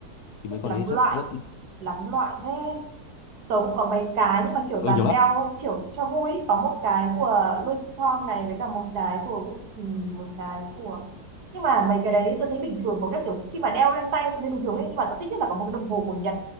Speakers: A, on the left (about 75°); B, on the right (about 75°).
A: thì mấy
B: thích
A: con
B: lắm
A: đấy
B: loại
A: rất rất
B: lắm loại thế tôi cũng có mấy cái nhưng mà kiểu
A: ừ,
B: toàn
A: nhiều lắm
B: đeo kiểu cho vui ý. có một cái của Louis Vuitton này với cả một cái của ừ, một cái của nhưng mà mấy cái đấy tôi thấy bình thường có cái kiểu khi mà đeo lên tay cũng thấy bình thường ấy nhưng mà tôi thích nhất là có một cái đồng hồ của Nhật